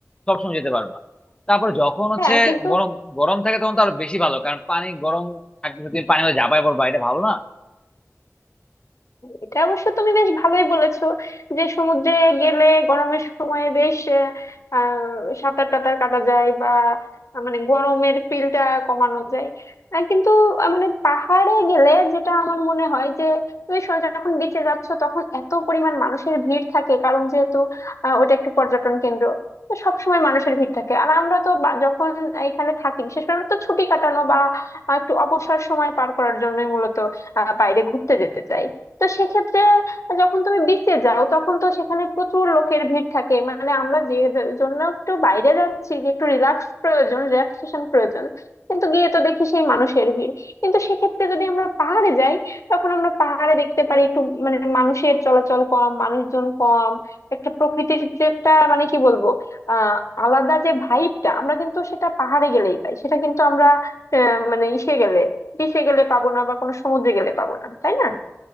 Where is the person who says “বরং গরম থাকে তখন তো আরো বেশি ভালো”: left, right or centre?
Left